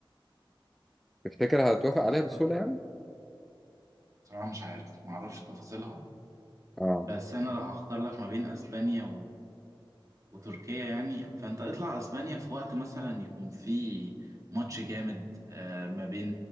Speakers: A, in the centre; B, on the right.
A: تفتكر هتوافق عليها
B: اعتقد
A: بسهولة يعني؟
B: صراحة مش عارف معرفش تفاصيلها
A: آه
B: بس انا لو هختار لك ما بين اسبانيا وتركيا يعني فانت اطلع اسبانيا في وقت مثلا يكون في ماتش جامد آه، ما بين